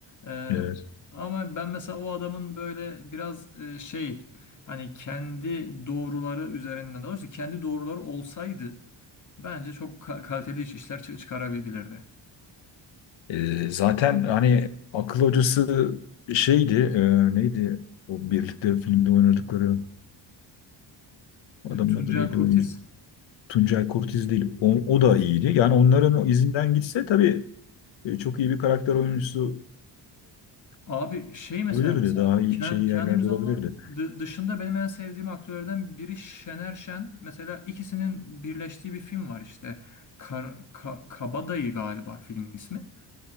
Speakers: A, on the left; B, on the left.
A: E,
B: Evet.
A: ama ben mesela o adamın böyle biraz e, şey hani kendi doğruları üzerinden daha doğrusu kendi doğruları olsaydı bence çok ka- kaliteli iş, işler çı- çıkarabilirdi.
B: Ee, zaten hani akıl hocası şeydi, e, neydi? O birlikte filmde oynadıkları
A: E,
B: adamın
A: Tuncel
B: adı neydi?
A: Kurtiz
B: Oyuncu, Tuncay Kurtiz değil. O, o da iyiydi. Yani onların o izinden gitse tabii e, çok iyi bir karakter oyuncusu
A: Abi şey mesela
B: olabilirdi.
A: mesela
B: Daha
A: Ke-
B: iyi şey yerlerde
A: Kenan İmirzalıoğlu'nun
B: olabilirdi.
A: dı- dışında benim en sevdiğim aktörlerden biri Şener Şen. Mesela ikisinin birleştiği bir film var işte. Kar, Ka- Kabadayı galiba filmin ismi.